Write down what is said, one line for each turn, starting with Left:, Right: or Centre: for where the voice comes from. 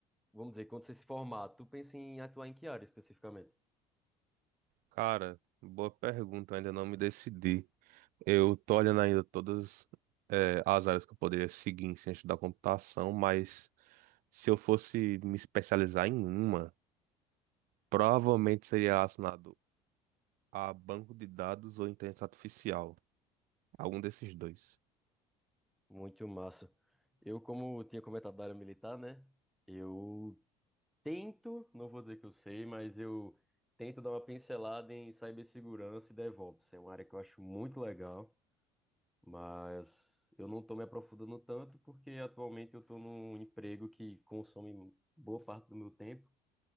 Centre: vamos dizer, quando você se formar, tu pensa em atuar em que área especificamente?
Right: Cara, boa pergunta, ainda não me decidi. Eu tô olhando ainda todas, eh, as áreas que eu poderia seguir em ciência da computação, mas se eu fosse me especializar em uma, provavelmente seria relacionado a banco de dados ou inteligência artificial. Algum desses dois.
Centre: Muito massa. Eu, como tinha comentado da área militar, né? Eu tento, não vou dizer que eu sei, mas eu tento dar uma pincelada em cibersegurança e DevOps. É uma área que eu acho muito legal, mas eu não estou me aprofundando tanto porque atualmente eu estou num emprego que consome boa parte do meu tempo.